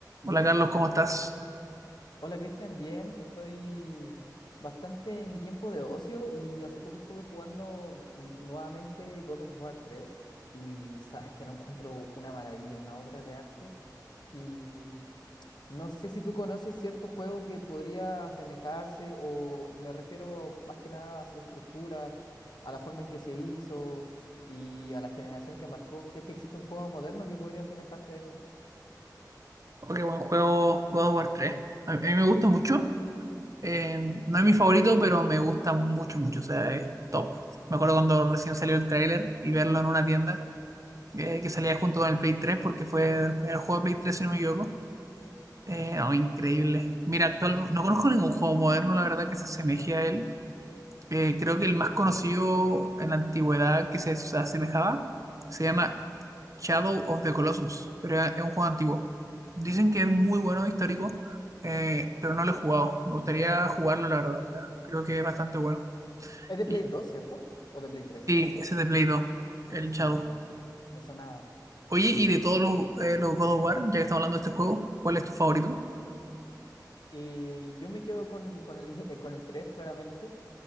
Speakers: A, on the right; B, on the left.
A: Hola Carlos, ¿cómo estás?
B: Hola Cristian, bien, estoy bastante en mi tiempo de ocio y hace poco estuve jugando n- nuevamente God of War tres y sabes que lo encuentro una maravilla, una obra de arte y no sé si tú conoces cierto juego que podría asemejarse o me refiero más que nada a su estructura, a la forma en que se hizo y a la generación que marcó, si es que existe un juego moderno que podría asemejarse a eso.
A: Ok, buen juego God of War tres. A mí, a mí me gusta mucho. Eh, no es mi favorito, pero me gusta mucho, mucho. O sea, es top. Me acuerdo cuando recién salió el tráiler y verlo en una tienda eh, que salía junto con el Play tres, porque fue el primer juego de Play 3, si no me equivoco. Eh, no,
B: Sí.
A: increíble. Mira, actual, no conozco ningún juego moderno, la verdad, que se asemeje a él. Eh, creo que el más conocido en la antigüedad que se asemejaba se llama Shadow of the Colossus, pero es un juego antiguo. Dicen que es muy bueno, histórico, eh, pero no lo he jugado. Me gustaría jugarlo, la verdad. O sea, creo que es bastante bueno.
B: Es de
A: Y
B: Play dos, ¿cierto? ¿O de Play tres.
A: sí, ese es de Play 2, el Shadow.
B: Sí, me sonaba.
A: Oye, y de todos los, eh, los God of War, ya que estamos hablando de este juego, ¿cuál es tu favorito?
B: Eh, yo me quedo con, con el, <laughs> eh, con el 3 claramente.